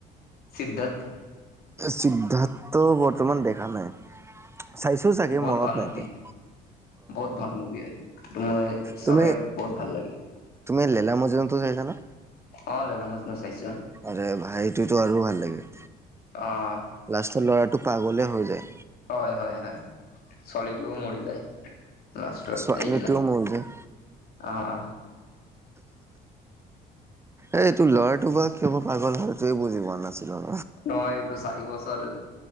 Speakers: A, on the left; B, on the right.
A: সিদ্ধাত?
B: সিদ্ধাত বৰ্তমান দেখা নাই। চাইছো চাগে
A: বহুত
B: মনত
A: ভাল মুভি
B: নাই তে।
A: বহুত ভাল মুভি হয় এইটো মই চালে
B: তুমি
A: বহুত ভাল লাগে।
B: তুমি লেলা মাজনো তো চাইছা নে?
A: অ লেলা মাজনো চাইছোঁ।
B: আৰে ভাই <unintelligible> আৰু ভাল লাগে।
A: অঁ।
B: লাষ্টত ল'ৰাটো পাগলে হৈ যায়।
A: হয় হয় হয় ছোৱালীটোও মৰি যায় লাষ্টত
B: ছোৱালীটোও
A: যায় কিনে।
B: মৰি যায়
A: অ অ।
B: এ তোৰ ল'ৰাটো বা কিয় বা পাগল হল সেইটোয়ে বুজি পোৱা নাছিলোঁ।
A: নহয়, এইটো চাৰি বছৰ